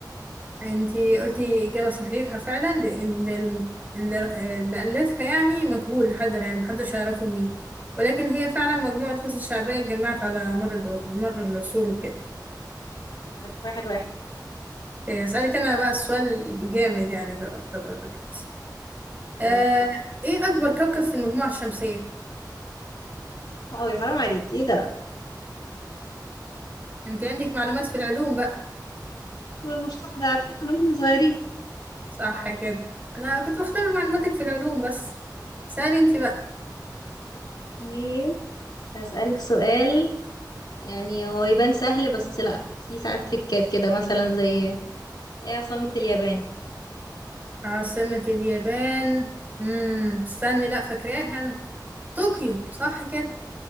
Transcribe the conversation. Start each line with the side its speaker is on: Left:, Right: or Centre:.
Right: انتي قلتي إجابة صحيحة فعلا لأن ال- اللي اللي ألفها يعني مجهول لحد الآن محدش يعرفه مين ولكن هي فعلا مجموعة قصص شعبية اتجمعت على مر الو- مر العصور وكده
Left: واحد واحد
Right: إيه، أسألك أنا بقى السؤال جامد يعني ده يعتبر دلوقتي
Left: يلا
Right: آه، إيه أكبر كوكب في المجموعة الشمسية؟
Left: اوي حرام عليكي ايه ده
Right: أنت عندك معلومات في العلوم بقى
Left: المشتاق ده عارفين من واحنا صغيرين
Right: صح كده أنا كنت بختبر معلوماتك في العلوم بس سألي أنت بقى
Left: اوكي هسألك سؤال يعني هو يبان سهل بس لا في ساعات تريكات كده مثلا زي ايه عاصمة اليابان
Right: عاصمة اليابان امم استني لا فاكراها طوكيو صح كده